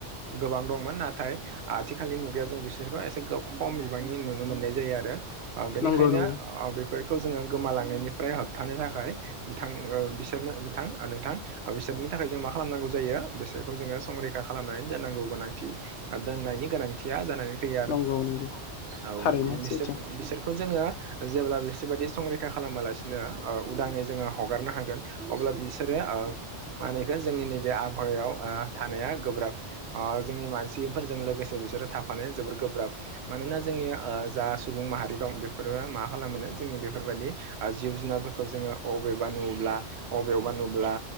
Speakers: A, on the right; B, on the left.
A: गोबां दंमोन नाथाय आथिखाल नि मुगायाव जों बिसोरखौ एसे खम बिबांनि नुनो मोननाय जायो आरो। ओ बेनिखायनो
B: नंगौ नंगौ
A: ओ बेफोर गोमालांनायनिफ्राय होबथानो थाखाय बिथां बिसोरमोन बिथां नोंथां ओ बिसोरनि थाखाय जों मा खालामनांगौ जायो बिसोरखौ जोङो संरैखा खालामनानै दोननांगौ गोनांथि दोननायनि गोनांथिया जानानै फैयो आरो
B: नंगौ नंगौ
A: औ
B: थारैनो
A: बि बिसोर
B: सैथो
A: बिसोरखौ जोङो जेब्ला बिस बायदि संरैखा खालामालासिनो उदाङै जोङो हगारनो हागोन अब्ला बिसोरो माहोनो बिखौ जोंनि नैबे आबहावायाव थानाया गोब्राब अ जोंनि मानसिफोरजों लोगोसे बिसोरो थाफानाया जोबोर गोब्राब मानोना जोंनिया ओ जा सुबुं माहारि दं बेफोरो मा खालामो जोंनि बेफोरबायदि ओ जिब जुनारफोरखौ जोङो अबेबा नुब्ला अबेयावबा नुुब्ला